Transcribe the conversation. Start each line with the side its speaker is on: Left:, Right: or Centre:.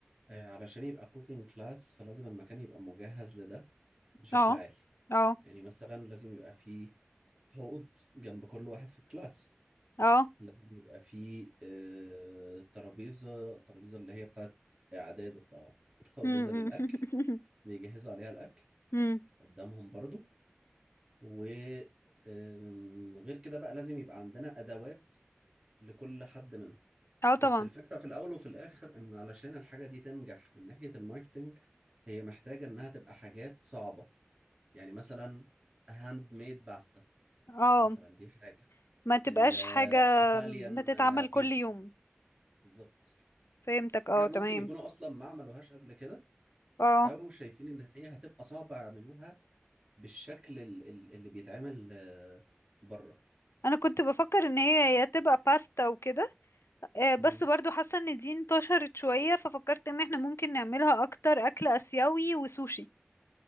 Right: آه، علشان يبقى كوكينج كلاس فلازم المكان يبقى مجهز لده بشكل
Left: اه
Right: عالي
Left: اه
Right: يعني مثلا لازم يبقى فيه حوض جنب كل واحد في الكلاس
Left: اه
Right: لازم يبقى فيه آه، ترابيزة ترابيزة اللي هي بتاعت اعداد الطعام <laughs> ترابيزة
Left: مم.
Right: للاكل
Left: <laughs>
Right: بيجهزوا عليها الأكل
Left: مم.
Right: قدامهم برضو و أم، غير كده بقى لازم يبقى عندنا أدوات لكل حد منهم
Left: اه طبعا
Right: بس الفكرة في الأول وفي الآخر إن علشان الحاجة دي تنجح من ناحية الماركتينج هي محتاجة إنها تبقى حاجات صعبة يعني مثلا هاند ميد باستا
Left: اه
Right: مثلا دي حاجة
Left: ما تبقاش
Right: الإيطاليان
Left: حاجة بتتعمل
Right: بيتزا
Left: كل يوم
Right: بالظبط
Left: فهمتك اه
Right: حاجة ممكن
Left: تمام
Right: يكونوا أصلا ما عملوهاش قبل كده
Left: اه
Right: أو شايفين إن هي هتبقى صعبة يعملوها بالشكل ال- ال- اللي بيتعمل آه، بره
Left: انا كنت بفكر ان هي يا تبقى باستا وكده آه، بس
Right: مم.
Left: برضو حاسة ان دي انتشرت شوية ففكرت ان احنا ممكن نعملها اكتر اكل اسيوي وسوشي